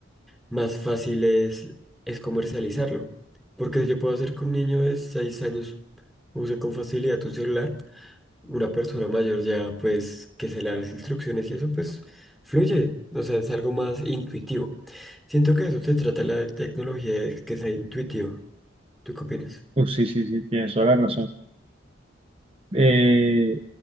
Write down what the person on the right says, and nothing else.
Pues sí, sí, sí, tienes toda la razón. Eh,